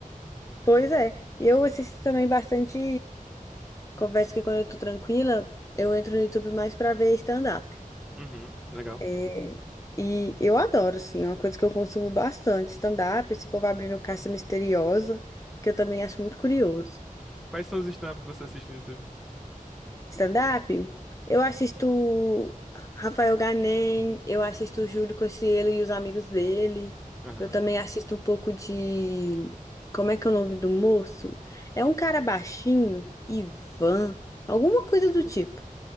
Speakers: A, on the left; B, in the centre.
A: Pois é, eu assisto também bastante. Confesso que quando eu tô tranquila, eu entro no YouTube mais pra ver stand-up.
B: Uhum, legal.
A: É, e eu adoro, assim, é uma coisa que eu consumo bastante, stand-up, esse povo abrindo caça misteriosa, que eu também acho muito curioso.
B: Quais são os stand-up que você assiste no YouTube?
A: Stand-up? Eu assisto Rafael Ganem, eu assisto Júlio Cocielo e os amigos dele.
B: Aham.
A: Eu também assisto um pouco de. Como é que é o nome do moço? É um cara baixinho, Ivan, alguma coisa do tipo.